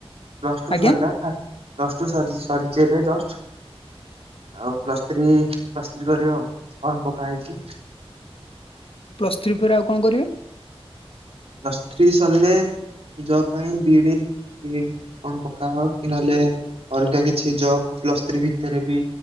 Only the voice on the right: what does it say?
ପ୍ଲସ ଟୁ
ସଇଲା ପ୍ଲସ୍ ଟୁ ସରି ସରିଛି ଏବେ ଜଷ୍ଟ ଆଉ ପ୍ଲସ୍ <unintelligible> ପ୍ଲସ ଥ୍ରୀ କରିବ ଫର୍ମ ପକା ହେଇଚି
ପ୍ଲସ ଥ୍ରୀ ସରିଲେ ଜବ ପାଇଁ ବି ଇ ଡି କଣ ପକା ହବ। ନହଲେ ଅଲଗା କିଛି ଜବ ପ୍ଲସ୍ ଥ୍ରୀ ଭିତରେ ବି